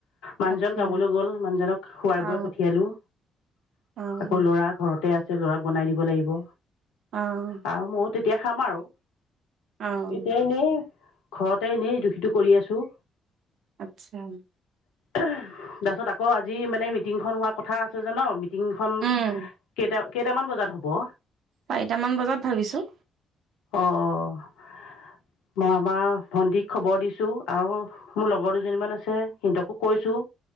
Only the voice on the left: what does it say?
মানুহজন
কামলৈ গ'ল, মানুহজনক খোৱাই বোৱাই
পঠিয়ালোঁ।
আকৌ
ল'ৰা ঘৰতে আছে। ল'ৰাক বনাই দিব লাগিব।
আৰু ময়ো তেতিয়া খাম আৰু।
এতিয়াই এনেই ঘৰতে এনেই ইটো সিটো কৰি আছোঁ।
তাৰপিছত আকৌ আজি মানে, মিটিং খন হোৱা কথা আছে জান? মিটিংখন
কেইটা কেইটামান বজাত হ'ব?
অ'! অ'! মই আমাৰ ভন্টীক খবৰ দিছোঁ আৰু মোৰ লগৰ দুজনীমান আছে, সিহঁতকো কৈছোঁ।